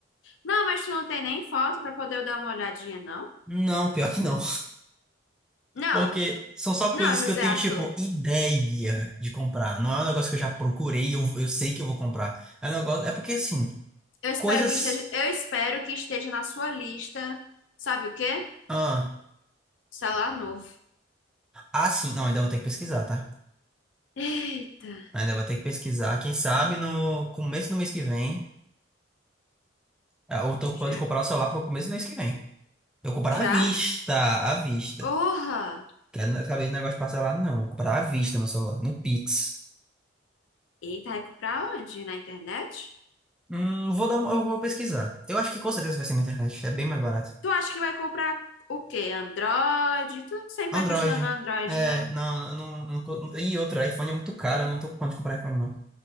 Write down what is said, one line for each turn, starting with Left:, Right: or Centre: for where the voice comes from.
Left: Não, mas tu não tem nem foto pra poder eu dar uma olhadinha, não?
Centre: Não, pior que não.
Left: Não,
Centre: Porque são só
Left: não,
Centre: coisas
Left: José
Centre: que eu tenho,
Left: Arthur.
Centre: tipo, ideia de comprar. Não é um negócio que eu já procurei e eu, eu sei que eu vou comprar. É um negócio. É porque, assim,
Left: Eu espero
Centre: coisas.
Left: que esteja, eu espero que esteja na sua lista. Sabe o quê?
Centre: Ah,
Left: Celular novo.
Centre: ah, sim. Não, ainda vou ter que pesquisar, tá?
Left: Eita.
Centre: Ainda vou ter que pesquisar. Quem sabe no começo do mês que vem. ah, Eu tô com
Left: J-
Centre: plano de comprar o celular pro começo do mês que vem. Eu vou comprar
Left: Já?
Centre: à vista, à vista.
Left: Orra.
Centre: Quero não saber de negócio parcelado, não. Eu Vou comprar à vista meu celular, no Pix.
Left: Eita, vai comprar onde? Na internet?
Centre: Hum, vou dar uma, eu vou pesquisar. Eu acho que com certeza vai ser na internet. É bem mais barato.
Left: Tu acha que vai comprar o quê? Android? Tu sempre
Centre: Android.
Left: vai continuar no Android,
Centre: É,
Left: né?
Centre: não, eu não, não, co- E outra, iPhone é muito caro, eu não tô com plano de comprar iPhone, não.